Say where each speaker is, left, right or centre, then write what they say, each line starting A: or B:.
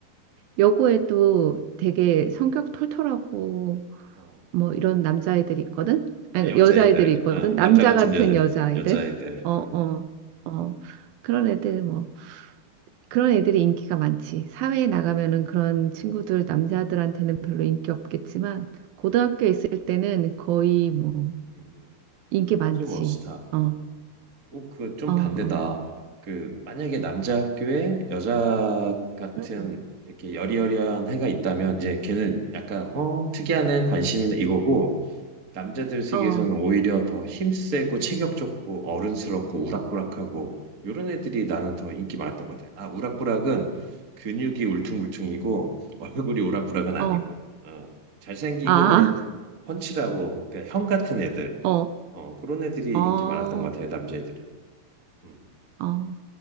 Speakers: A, on the right; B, on the right.
A: 여고에도 되게 성격 털털하고
B: 어.
A: 뭐 이런 남자애들이 있거든. 아니
B: 아, 여자애들.
A: 여자애들이 있거든.
B: 어,
A: 남자
B: 남자 같은
A: 같은
B: 여자,
A: 여자아이들.
B: 여자애들.
A: 어,
B: 어.
A: 어, 어. 그런 애들 뭐 그런 애들이 인기가 많지. 사회에 나가면은
B: 음,
A: 그런 친구들
B: 음,
A: 남자들한테는 별로 인기 없겠지만 고등학교에
B: 음,
A: 있을 때는 거의 뭐
B: 음.
A: 인기 많지.
B: 하지 뭐, 스타. 어.
A: 어, 어,
B: 어, 그좀
A: 어,
B: 반대다. 그 만약에 남자 학교에 여자 같은
A: 음,
B: 이렇게 여리여리한 애가 있다면 이제 걔는 약간 어 특이한 애 관심이네 이거고 남자들 세계에서는
A: 어,
B: 오히려 더 힘세고 체격 좋고 어른스럽고 우락부락하고 요런 애들이 나는 더 인기 많았던 것 같아. 아 우락부락은 근육이 울퉁불퉁이고 얼굴이 우락부락은 아니고
A: 어,
B: 어, 잘생기고
A: 아,
B: 그냥 펀치라고 그러니까 형 같은 애들
A: 어,
B: 어 그런 애들이
A: 어,
B: 인기 많았던 것 같아 남자애들은. 음.
A: 어.